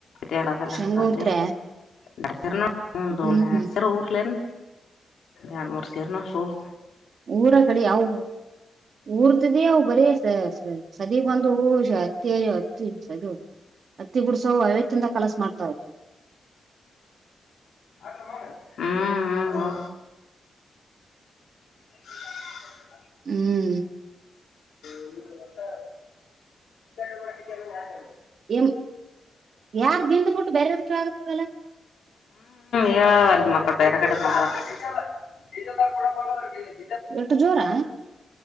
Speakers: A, on the left; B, on the right.
A: ತೇಳದಲ್ಲಂಗಲ್ಲೇ
B: ಶೇಂಗ ಊರ್ತ್ರ
A: ದಾಡ್ ತರ್ನ ಹಂದುಡ
B: ಹ್ಮ್
A: ಸರ ಊರ್ಲೆನು ಎರ್ಡ್ ಮೂರ್ ಸೇಲ್ನ ಸೂಲ್
B: ಊರ ಕಡೆ ಯ ಯಾವ್ ಊರ್ತದೇ ಅವ್ ಬರೆಸ ಸದೀಪ್ ಬಂದು ಹಷ ಹತ್ತಿ ಹತ್ತಿ ಸದು ಹತ್ತಿ ಬುಡ್ಸ ಅಐತ್ತಿಂದ ಕಲಸ ಮಾಡ್ತಾರೆ
A: ಹ್ಮ ಹ್ಮ ಹ್ಮ <unintelligible>
B: ಹ್ಮ್
A: ಒನ್ನೂರು ವಟ್ಟ ಳ ಅದಿಕ್ಕೆಲ್ಲ ಯಾರು
B: ಎಂ ಯಾರ್ ದಿಂದ ಬಿಟ್ಟು ಬೇರೆದಕ್ಕೆ ಕೇಳಕ್ ಆಗುತ್ತದಲ್ಲ
A: ಲ್ಲ ಮಕ್ಕಳು ಬೇರೆ ಕಡೆ ಮ <unintelligible>
B: ಎಟ್ಟು ಜೋರಾ